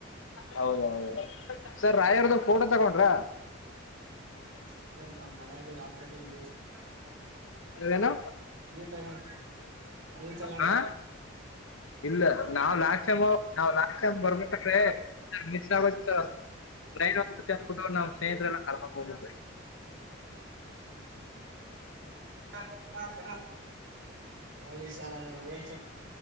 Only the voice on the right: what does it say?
ಹ್ಮ ನ ಅ್ದೇಶ
ನೀ ತಗೊಂಡ ನೀ ತಗೊಂಡ್ರಿ
ಹ ಬಣಾಮ ಪ್ರಣಾಮ ಹೋಗಿ ಸರ್ ವೇಸ್